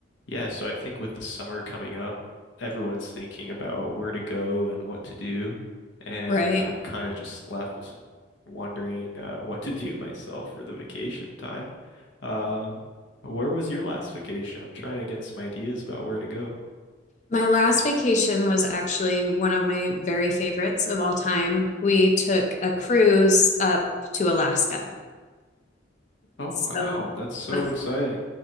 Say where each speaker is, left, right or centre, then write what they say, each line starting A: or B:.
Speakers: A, on the left; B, on the left.
A: Yeah, so I think with the summer coming up, everyone's thinking about where to go and what to do, and
B: Right.
A: I'm kind of just left wondering uh, what to do <laughs> myself for the vacation time. Um, where was your last vacation? I'm trying to get some ideas about where to go.
B: My last vacation was actually one of my very favorites of all time. We took a cruise up to Alaska.
A: Oh
B: So,
A: wow, that's so
B: my-
A: exciting.